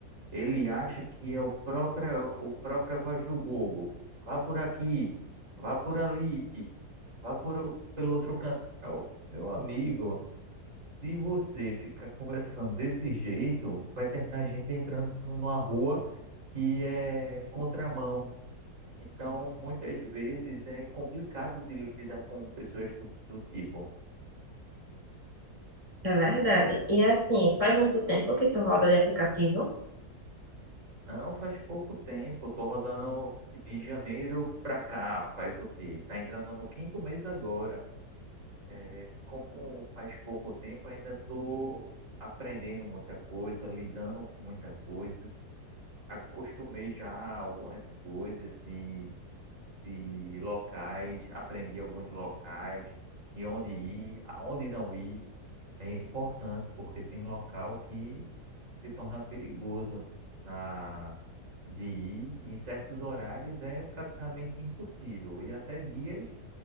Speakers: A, on the right (about 50°); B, on the right (about 20°).
A: Ele acha que é o próprio, o própria voz do Google. Vá por aqui, vá por ali, vá por, pelo outro canto. Meu amigo. Se você ficar conversando desse jeito, vai terminar a gente entrando numa rua que é contramão. Então, muitas vezes é complicado de lidar com pessoas do, do tipo,
B: É verdade. E assim, faz muito tempo que tu roda de aplicativo?
A: não, faz pouco tempo, tô rodando de janeiro pra cá, faz o quê? Tá entrando no quinto mês agora. É, como faz pouco tempo, ainda tô aprendendo muita coisa, lidando com muita coisa acostumei já algumas coisas de de locais, aprendi alguns locais, de onde ir, aonde não ir. É importante, porque tem local que se torna perigoso na de ir. Em certos horários é praticamente impossível, e até dias